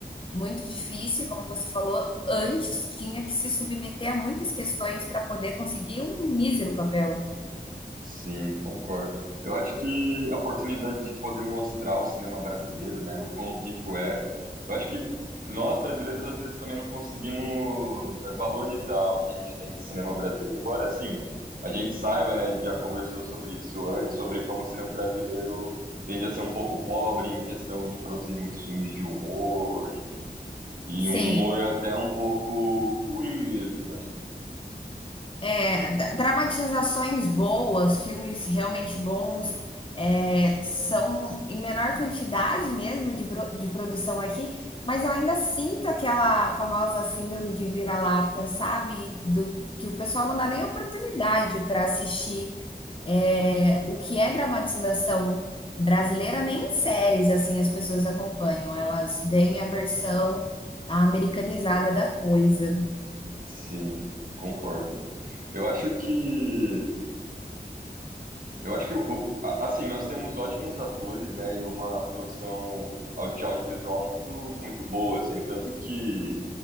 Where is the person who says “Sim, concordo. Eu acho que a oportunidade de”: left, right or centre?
Right